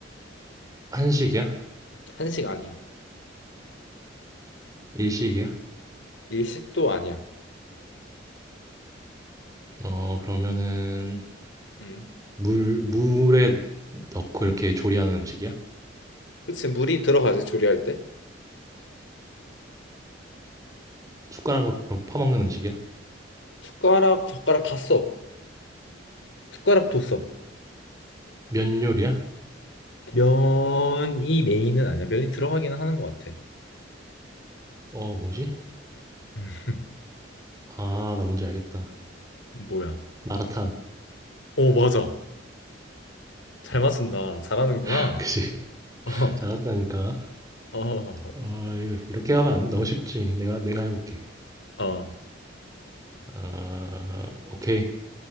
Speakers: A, on the right; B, on the left.
A: 한식이야?
B: 한식 아니야.
A: 일식이야?
B: 일식도 아니야.
A: 어, 그러면은,
B: 음,
A: 물, 물에 넣고 이렇게 조리하는 음식이야?
B: 그치, 물이 들어가지, 조리할 때.
A: 숟가락으로 퍼먹는 음식이야?
B: 숟가락, 젓가락 다 써. 숟가락도 써.
A: 면 요리야?
B: 면이 메인은 아니야. 면이 들어가기는 하는 것 같아.
A: 어, 뭐지?
B: 음, <laughs>
A: 아, 나 뭔지 알겠다.
B: 뭐야?
A: 마라탕.
B: 오, 맞아. 잘 맞춘다. 잘하는구나.
A: <laughs> 그지?
B: <laughs> 어,
A: 잘한다니까.
B: 어,
A: 어, 이거 이렇게 가면 안 돼. 너무 쉽지. 내가 내가 해볼게.
B: 어.
A: 아, 오케이.